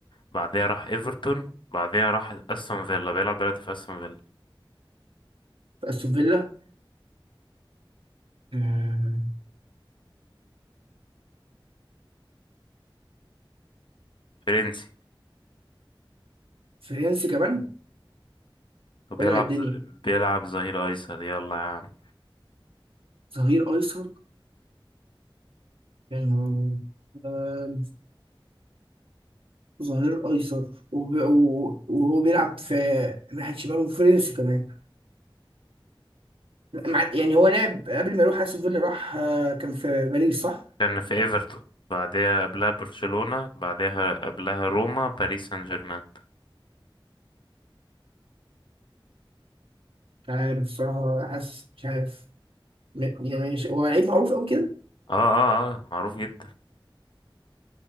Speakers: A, on the left; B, on the right.
A: بعدها راح ايفرتون بعدها راح استون فيلا بيلعب دلوقتي في استون فيلا
B: أستون فيلا آه،
A: فرنسي
B: فرنسي كمان
A: وبيلعب
B: ولع الدنيا
A: ز- بيلعب ظهير ايسر يلا يا عم
B: ظهير أيسر يعني هو آه، ظهير أيسر وب- و- وهو بيلعب في ناحية شمال وفرنسي كمان مع- يعني هو لعب قبل ما يروح أستون فيلا راح آه، كان في باريس صح؟
A: كان في ايفرتون بعدها قبلها برشلونة بعدها قبلها روما باريس سان جيرمان
B: مش عارف الصراحة حاسس مش عارف م- يعني مش هو لعيب معروف قوي كده
A: اه اه اه معروف جدا